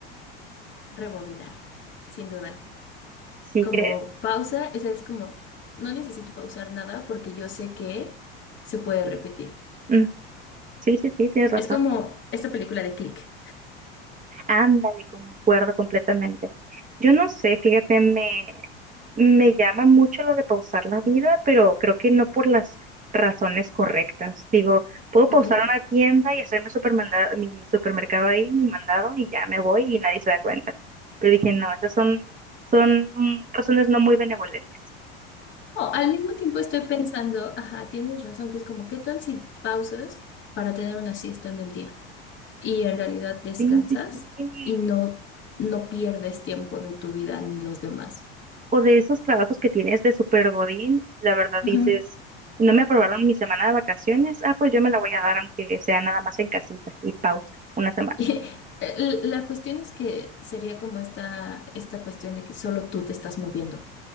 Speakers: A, on the left; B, on the right.
A: Rebobinar, sin duda.
B: ¿Sí
A: Como
B: crees?
A: pausa, esa es como, no necesito pausar nada porque yo sé que se puede repetir.
B: Mm, sí, sí, sí, tienes razón.
A: Es como esta película de Click,
B: Ándale, concuerdo completamente. Yo no sé, fíjate, me, me llama mucho lo de pausar la vida, pero creo que no por las razones correctas. Digo, puedo pausar
A: ¿ok?
B: una tienda y hacerme supermanda- mi supermercado ahí, mi mandado, y ya me voy y nadie se da cuenta. Pero dije, no, esas son, son mm, razones no muy benevolentes.
A: O al mismo tiempo estoy pensando, ajá, tienes razón, que es como, ¿qué tal si pausas para tener una siesta en el día? Y en realidad descansas
B: Sí, sí, sí.
A: y no, no pierdes tiempo de tu vida ni los demás.
B: o de esos trabajos que tienes de super godín, y la verdad
A: Ajá.
B: dices, no me aprobaron mi semana de vacaciones, ah, pues yo me la voy a dar aunque sea nada más en casita y pausa, una semana.
A: <laughs> L- La cuestión es que sería como esta, esta cuestión de que solo tú te estás moviendo.